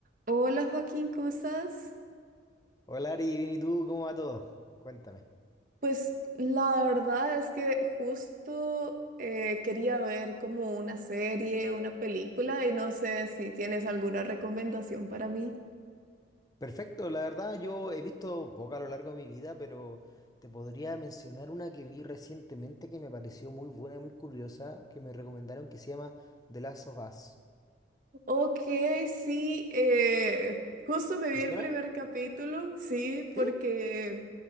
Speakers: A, on the right; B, on the left.
A: Hola Joaquín, ¿cómo estás?
B: Hola Ari, bien y tú, ¿cómo va todo? Cuéntame.
A: Pues la verdad es que justo eh, quería ver como una serie, una película y no sé si tienes alguna recomendación para mí.
B: Perfecto, la verdad yo he visto poca a lo largo de mi vida, pero te podría mencionar una que vi recientemente que me pareció muy buena y muy curiosa, que me recomendaron que se llama The Last of Us.
A: Ok, sí, eh, justo me vi
B: ¿Te suena?
A: el primer capítulo, sí, porque
B: ¿Sí?